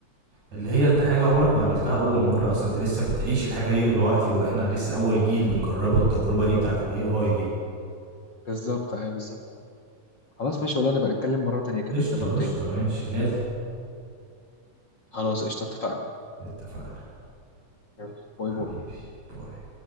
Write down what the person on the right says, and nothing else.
اللي هي انت حاجة عمرك ما قابلتها اول مرة اصلا انت لسه بتعيش الحاجة دي دلوقتي واحنا لسه اول جيل بنجربه التجربة دي بتاعت الاي اي دي
قشطة
قشطة
ماشي لازم
اتفقنا
حبيبي
باي